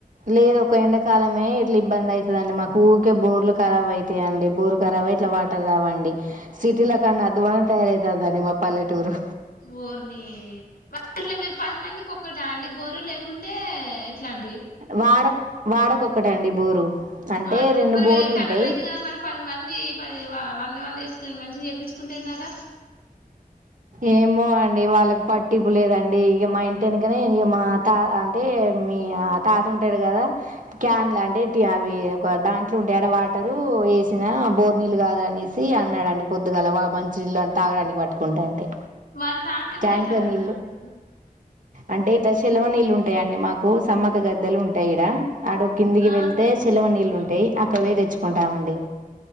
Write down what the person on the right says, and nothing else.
లేదు ఒక ఎండకాలమే ఇట్లా ఇబ్బంది అయితదండి మాకూకే బోర్లు ఖరాబయితయండి బోర్ ఖరాబయ్ ఇట్లా వాటర్ ావండి సిటీలో కాన్నా అద్వన తయారవుతుందండి మా పల్లెటూరు
వాడ వాడకొక్కటండి బోరు అంటే
రెండు
బోర్లు
ఉంటాయి
ఏమో అండి వాళ్ళకి పట్టిపు లేదండి ఇగ మా ఇంటి యెనకనే ఇగ మా త అంటే మీ తాత ఉంటాడు గదా క్యాన్ లా అంటే అవి ఒక దాంట్లో ఉండేడు వాటరు వేసినా బోర్ నీల్లు కాదనేసి అన్నాడండి పొద్దుగల మంచ నీళ్ళు అని తాగడానికి పట్టుకుంటా అంటే
ట్యాంక్
ల
నీల్లు
అంటే చెెలమ నీళ్ళుంటాయండి మాకు సమ్మక గద్దెలు ఉంటాయిడ ఆడ కిందికి
వెళ్తే చెెలవ నీళ్ళు ఉంటాయి వుంటే అక్కడ పొయ్ దెచ్చుకుంటామండి